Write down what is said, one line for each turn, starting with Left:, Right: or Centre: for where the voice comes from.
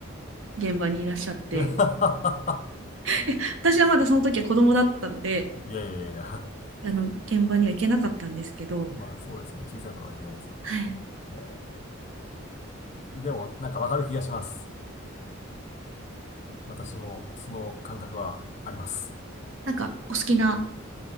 Right: 現場にいらっしゃって、
Left: <laughs>
Right: <laughs> 私はまだその時は子供だったので、
Left: いやいやいやいや
Right: あの、現場には行けなかったんですけど、
Left: <laughs> まあ、そうですね。小さい頃はいけないですよね。
Right: はい。
Left: えーでも、なんかわかる気がします。私もその感覚はあります。
Right: なんか、お好きな、